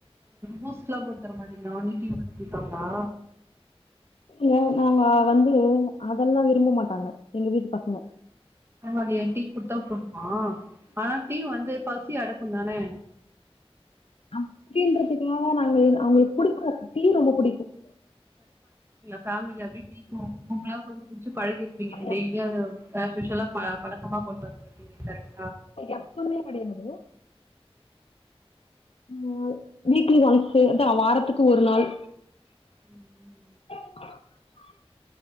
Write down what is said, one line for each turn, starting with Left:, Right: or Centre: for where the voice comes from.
Right: பூஸ்ட்லாம் தரமாட்டிங்களா ஒன்லி டீ மட்டும் குடிப்பாங்களா
Left: ஏ நாங்க வந்து அதெல்லா விரும்ப மாட்டாங்க எங்க வீட்டு பசங்க
Right: ஆமாடி டீ கொடுத்தா போ ஆஹ் ஆனா டீ வந்து பசி அடக் க்கும்தானே
Left: அப்படின்றதுக்காக நாங்க அவங்களுக்கு புடிக்கும் டீ ரொம்ப புடிக்கும்
Right: ஃபமில அப்டி உங்களாவுக்கு <unintelligible> வந்து குச்சி பழகிருப்பீங்க
Left: எப்
Right: டெய்லியா ஹாஸ்யுஷ்ஸல பழக்கமா கொண்டு வந்துருப்பீங்க
Left: எப்பமே கெடயாது ஓ ஹ வீக்லி ஒன்ஸ் அதா வாரத்துக்கு ஒரு நாள்
Right: உம் உம்
Left: <inaudible>